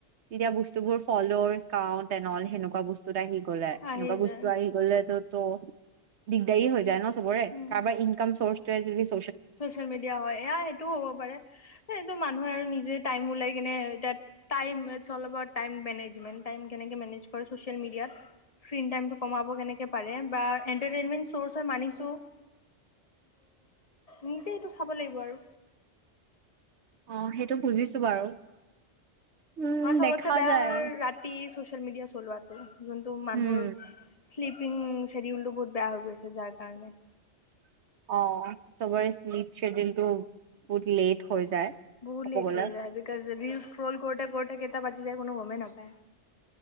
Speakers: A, on the right (about 70°); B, on the left (about 30°).
A: তেতিয়া বস্তুবোৰ ফলৰকাটেনল সেনেকুৱা বস্তুত আহি। লে <inaudible>
B: আহি
A: এনেকুৱা বস্তু
B: যায়
A: আহি বো দিগদাৰী হৈ যায় ন।
B: উম
A: কাৰবাৰ ইনকম চৰ্চ। <unintelligible>
B: চচিয়েল মিডিয়া হয় এয়া সেইটোও হ'ব পাৰে এইটো মানুহে আৰু নিজে। টাইমলাই কিনেেচিয় মিডিয়াত স্ কমাব কেনেক পাৰে বা এটাৰ চ মানিছো। নিজে এইটো চাব লাগিব আৰু।
A: অ' সেইটো বুজিছো বাৰু। উম,
B: আৰু সবত
A: দেখা
B: বেয়া
A: যায়
B: হয়
A: আৰু
B: ৰাতি শো চুছেলমিডিয়া পেলোৱা টু যোনটু মানুহৰ
A: উম,
B: চেৰিউলটো বহুত বেয়া হৈ গৈছে যাৰ কাৰণে।
A: অ' চবৰে্লিপ শেডউলটো বহুত লেট। হৈ যায়
B: বহুত
A: ক'ব
B: লেট
A: গ'লে।
B: হৈ যায় বিকজ যদি ফোন কৰতে কৰতে কেইটা বাজি যায় কোনো গমেই নাপায়।